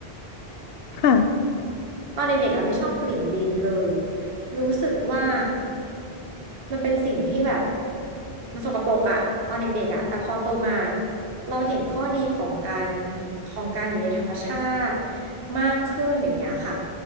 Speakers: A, on the left (about 75°); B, on the right (about 65°).
A: ค่ะ
B: ตอนเด็กๆอ่ะไม่ชอบกลิ่นดินเลยรู้สึกว่ามันเป็นสิ่งที่แบบมันสกปรกอ่ะตอนเด็กๆอ่ะแต่พอโตมาเราเห็นข้อดีของการของการอยู่ในธรรมชาติมากขึ้นอย่างเงี้ยค่ะ